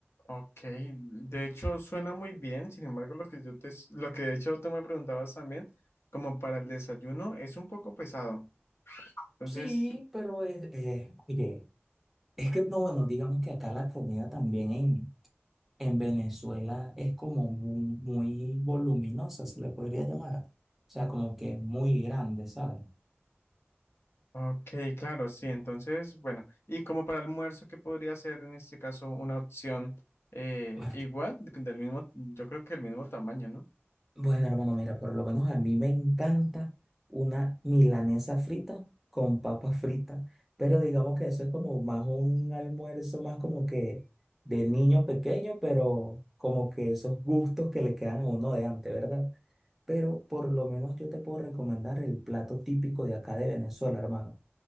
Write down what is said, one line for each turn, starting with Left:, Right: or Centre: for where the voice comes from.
Left: Ok, de hecho suena muy bien. Sin embargo, lo que yo te, s- lo que de hecho tú me preguntabas también, como para el desayuno, es un poco pesado. Entonces,
Centre: Sí, pero es, eh, oye, es que no, bueno, digamos que acá la comida también en, en Venezuela es como mu- muy voluminosa, se le podría llamar. O sea, como que es muy grande, ¿sabes?
Left: Ok, claro, sí. Entonces, bueno, y como para almuerzo, ¿qué podría ser en este caso una opción eh,
Centre: Bueno,
Left: igual, de- del mismo, yo creo que del mismo tamaño, ¿no?
Centre: bueno, hermano, mira, por lo menos a mí me encanta una milanesa frita con papas fritas, pero digamos que eso es como más un almuerzo, más como que de niño pequeño, pero como que esos gustos que le quedan a uno de antes, ¿verdad? Pero por lo menos yo te puedo recomendar el plato típico de acá de Venezuela, hermano,